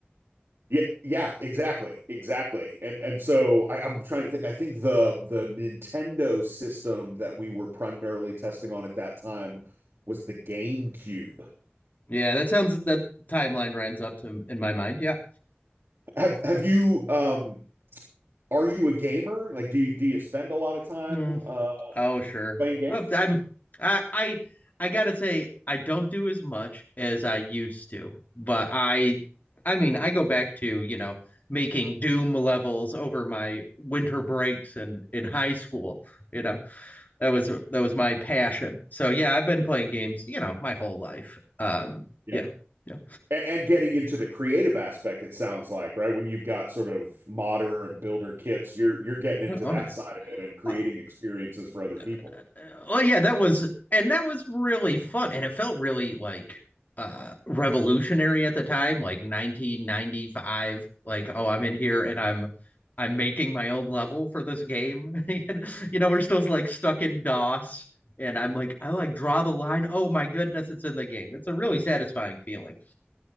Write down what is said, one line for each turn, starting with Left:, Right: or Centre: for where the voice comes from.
Right: Yeah, yeah, exactly. Exactly. And and so I, I'm trying to think. I think the the Nintendo system that we were primarily testing on at that time was the GameCube.
Left: Yeah, that sounds that timeline runs up to in my mind. Yeah.
Right: Have have you um are you a gamer? Like do you do you spend a lot of time
Left: Hmm.
Right: uh
Left: Oh sure.
Right: playing games?
Left: Oh, I'm I I I gotta say I don't do as much as I used to, but I I mean I go back to you know making Doom levels over my winter breaks and in high school. You know that was that was my passion. So yeah, I've been playing games, you know, my whole life. Um,
Right: Yeah.
Left: yeah, yeah.
Right: And, and getting into the creative aspect, it sounds like, right? When you've got sort of modder and builder kits, you're you're getting into
Left: Oh oh,
Right: that
Left: yeah.
Right: side of it and creating
Left: Ah,
Right: experiences for other people.
Left: uh, Oh, well, yeah, that was and that was really fun, and it felt really like uh revolutionary at the time, like 1995. Like, oh, I'm in here and I'm I'm making my own level for this game. <laughs> And, you know, we're still like stuck in DOS. And I'm like, I like draw the line. Oh my goodness, it's in the game. It's a really satisfying feeling.